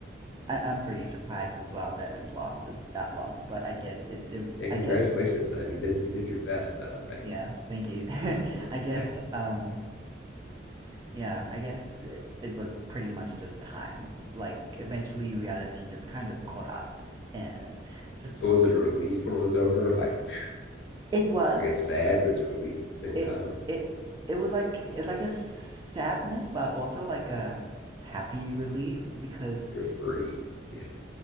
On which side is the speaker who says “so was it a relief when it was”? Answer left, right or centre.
Left